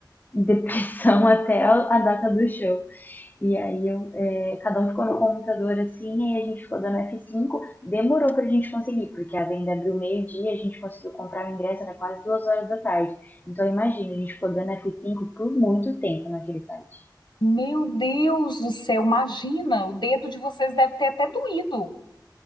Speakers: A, on the left; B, on the left.
A: depressão <laughs> até a, a data do show. E aí, eu, é, cada um ficou no computador assim, e aí a gente ficou dando F5. Demorou pra gente conseguir, porque a venda abriu meio-dia, a gente conseguiu comprar o ingresso, era quase duas horas da tarde. Então, imagina, a gente ficou dando F5 por muito tempo naquele site.
B: Meu Deus do céu, imagina, o dedo de vocês deve ter até doído.